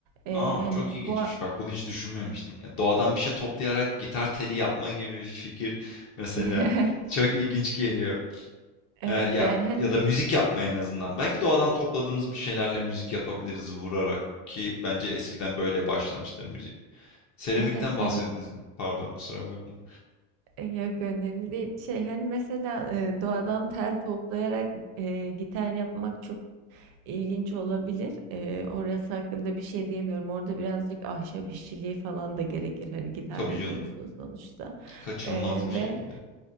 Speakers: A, on the right (about 50°); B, on the left (about 40°).
A: E,
B: Aa,
A: hani
B: çok ilginçmiş.
A: bu a-
B: Bak bunu hiç düşünmemiştim. Ya, doğadan bir şey toplayarak gitar teli yapma gibi bir fikir mesela
A: <laughs>
B: çok ilginç geliyor.
A: evet
B: Eee, ya
A: yani hani
B: ya da müzik yapma en azından. Belki doğadan topladığımız bir şeylerle müzik yapabiliriz vurarak ki bence eskiden böyle başlamıştır müzik. Seramikten
A: evet
B: bahsediniz.
A: hani
B: Pardon, kusura bakma.
A: e, yok önemli değil. Şey hani mesela e, doğadan tel toplayarak e, gitar yapmak çok ilginç olabilir. E, orası hakkında bir şey diyemiyorum. Orada birazcık ahşap işçiliği falan da gerekir. Hani gitar
B: Tabii
A: yapıyorsun
B: canım.
A: sonuçta.
B: Kaçınılmaz
A: E,
B: bir şekilde.
A: ve